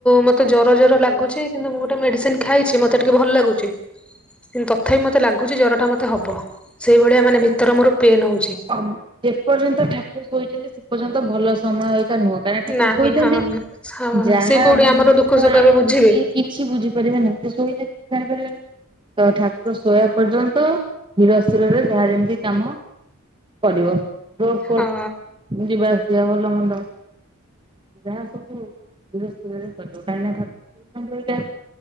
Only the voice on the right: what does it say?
ହ ଯେପର୍ଯ୍ୟନ୍ତ ଠାକୁର ଶଇଛନ୍ତି ସେ ପର୍ଯ୍ୟନ୍ତ ଭଲ ସମୟ ଏଇକା ନୁହଁ। ନା ଠାକୁର
ଶୋଇଛନ୍ତି
ଯାହା
<unintelligible>
ସି କିଛି ବୁଝିପାରିବେନି ସେ ଶୋଇଲେ <unintelligible> ଜାଣିପା ତ ଠାକୁର ଶୋଇବା ପର୍ଯ୍ୟନ୍ତ ଧୀର ସ୍ତିରରେ ଯାହା ଯେମିତି କାମ କରିବ <unintelligible>
ଯିବା ଆସିବା ଭଲ ମନ୍ଦ ଯାହା ସବୁ ଧିର ସ୍ତିରରେ କରିବ କାହିଁକ ନା ଠା <unintelligible> ଏଇଟା